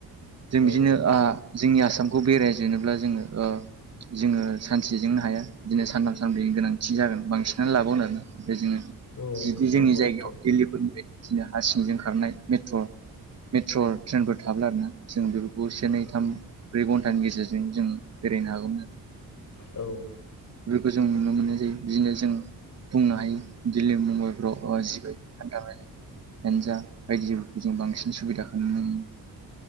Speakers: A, on the right; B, on the left.
A: जों बिदिनो
B: औ
A: ओ जोंनि आसामखौ बेरायजोबनोब्ला जोङो ओ जोङो सानसेजोंनो हाया बिदिनो सानथाम सानब्रैनि गोनांथि जागोन बांसिन <unintelligible> जोङो
B: औ
A: जुदि जोंनि
B: नंगौ
A: जायगायाव
B: नोंथां
A: दिल्लीफोरनि बाय बिदिनो हा सिंजों खारनाय मेट्र' मेट्र' ट्रेनफोर थाब्ला आरोना जों बेफोरखौ से नै थाम ब्रै घन्टानि गेजेरजों जों बेरायनो हागौमोन आरो।
B: औ।
A: बेफोरखौ जों नुनो मोननाय जायो बिदिनो जों बुंनो हायो दिल्ली मुम्बाइफ्राव <unintelligible> होनजा बायदिफोरखौ जों बांसिन सुबिदाखौ नुनो मोनो।